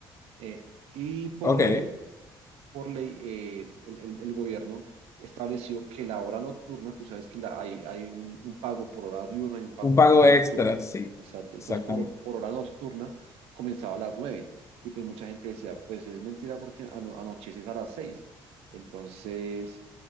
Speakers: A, on the right; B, on the left.
A: Eh, y por
B: Ok,
A: ley, por ley, eh, el, el- el gobierno estableció que la hora nocturna, tú sabes que la- hay, hay un, un pago por hora diurna y un pago
B: un pago
A: por hora nocturna.
B: extra, sí,
A: Exacto.
B: exactamente.
A: Entonces, por, por hora nocturna comenzaba a las nueve. Y pues mucha gente decía, pues es mentira porque ano- anocheces a las seis. Entonces,